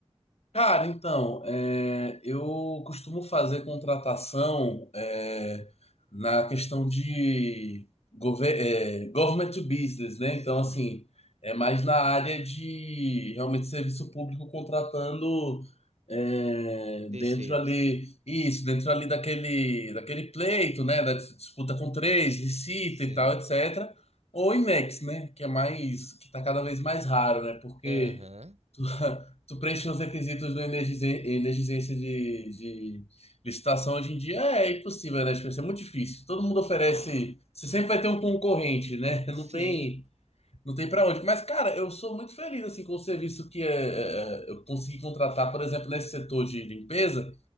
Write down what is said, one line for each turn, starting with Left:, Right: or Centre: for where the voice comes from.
Left: Cara, então, é, eu costumo fazer contratação é, na questão de gover- é, government to business, né?
Right: Sim,
Left: Então, assim, é mais na área de realmente serviço público contratando é,
Right: terceiros.
Left: dentro ali, isso, dentro ali daquele, daquele pleito, né? Da dis- disputa com três, licita
Right: Sim.
Left: e tal, etc. Ou IMEX, né? Que é mais, que tá cada vez mais raro, né? Porque.
Right: Aham.
Left: Tu, <laughs> tu preenche os requisitos do energizen- energizência de, de licitação hoje em dia é impossível, né? Tipo, isso é muito difícil. Todo mundo oferece. Você sempre vai ter um concorrente, né? <laughs> Não
Right: Sim.
Left: tem, não tem para onde. Mas, cara, eu sou muito feliz assim com o serviço que é, é, é, eu consegui contratar, por exemplo, nesse setor de limpeza.